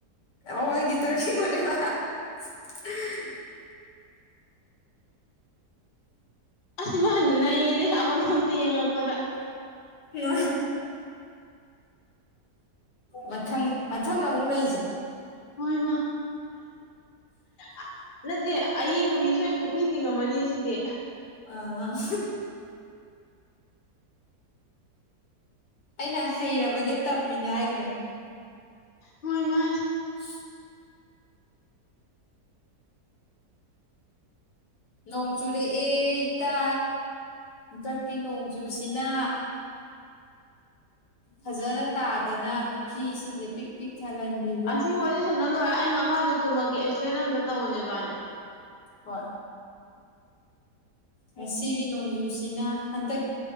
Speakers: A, on the left; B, on the left.
A: ꯑꯣ ꯑꯩꯒꯤ <unintelligible>
B: ꯑꯁꯤ ꯃꯥ ꯅꯩꯔ‌ꯦꯍ‌ꯦ ꯑꯃꯃꯝꯇ ꯌꯦꯡꯉꯛꯄꯗ
A: <unintelligible> ꯃꯊꯪ ꯃꯊꯪ ꯑꯃꯨꯛ ꯂꯩꯖ‌ꯦ
B: ꯍꯣꯏ ꯃꯥ ꯑꯥ ꯅꯠꯇ‌ꯦ ꯑꯌꯦꯡꯕ ꯃꯤꯁꯨ ꯑꯩ ꯄꯨꯛꯂꯤ ꯇꯤꯡꯉꯝꯃꯅꯤ ꯁꯤꯗꯤ
A: ꯑꯥ <unintelligible> ꯑꯩꯅ ꯍꯩꯔꯕꯅꯦ ꯇꯝꯃꯤꯅꯦ ꯍꯥꯏꯒꯤꯝ
B: ꯃ‌ꯣꯏꯃꯥ
A: <unintelligible> ꯅꯣꯡ ꯆꯨꯔꯦꯑꯦ ꯏꯇꯥ ꯍꯟꯗꯛꯀꯤ ꯅꯣꯡꯖꯨꯁꯤꯅ ꯐꯖꯅ ꯇꯥꯗꯅ ꯄꯨꯈ꯭ꯔꯤ ꯏꯁꯤꯡꯁꯦ ꯄꯤꯛ ꯄꯤꯛ ꯊꯜꯍꯟꯕꯤ
B: ꯑꯁꯤ ꯋꯥꯔꯤ ꯁꯥꯟꯅ ꯂꯣꯏꯔ ꯑꯩ ꯃꯈꯥꯗ ꯀꯨꯝꯃꯛꯀ‌ꯦ ꯑꯦꯛꯁꯄ꯭ꯂ‌ꯦꯟ ꯑꯝꯇ ꯇꯧ ꯅ‌ꯣꯏꯕꯅꯤ
A: ꯍꯣꯏ ꯉꯁꯤꯒꯤ ꯅꯣꯡꯖꯨꯁꯤꯅ ꯍꯟꯇꯛ